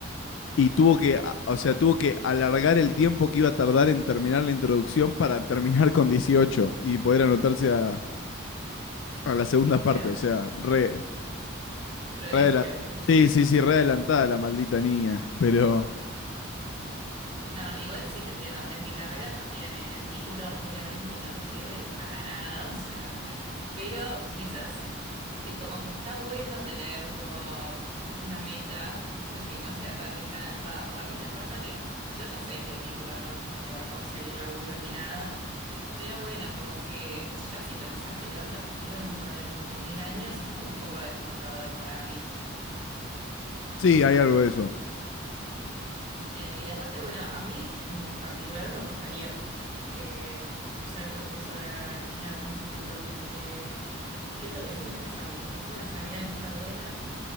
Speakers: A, on the left; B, on the right.
A: y tuvo que, o sea, tuvo que alargar el tiempo que iba a tardar en terminar la introducción para terminar con 18 y poder anotarse a, a la segunda parte,
B: claro,
A: o sea, re,
B: prodigio,
A: re adela- Sí, sí, sí, re adelantada la maldita niña, pero
B: No, igual sí, te entiendo. En mi carrera también, ¿eh? El título obviamente no te sirve para nada, <laughs> o sea, pero quizás es como que está bueno tener como una meta, ¿viste? Que no sea tan lejana. Va, o a mí me pasa que yo ya sé que el título no, no te va a conseguir laburos ni nada, pero bueno, como que ya si pensás que te vas a recibir dentro de 20.000 años, es como un poco desmotivador para mí.
A: Sí, hay algo de eso.
B: Eh, y aparte, bueno, a mí en particular me gustaría eh, ser profesora en, en algún futuro, como que siento que es interesante, o sea, es una salida que está buena